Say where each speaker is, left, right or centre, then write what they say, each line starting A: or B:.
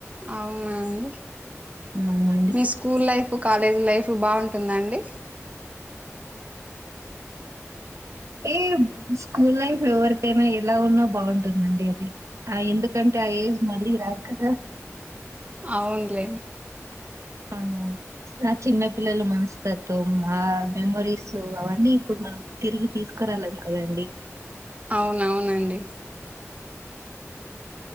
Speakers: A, on the right; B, on the right.
A: అవునా అండి
B: అవునండి
A: మీ స్కూల్ లైఫు కాలేజీ లైఫు బాగుంటుందా అండి
B: ఏ స్కూల్ లైఫ్ ఎవరికైనా ఎలా ఉన్నా బాగుంటుందండి అది ఆ ఎందుకంటే ఆ ఏజ్ మళ్ళీ రాదు కదా
A: అవ్న్లే
B: అవును నా చిన్న పిల్లలు మనస్తత్వం ఆ మెమరీస్ అవన్నీ ఇప్పుడు మనం తిరిగి తీసుకురాలేం కదండి
A: అవునవునండి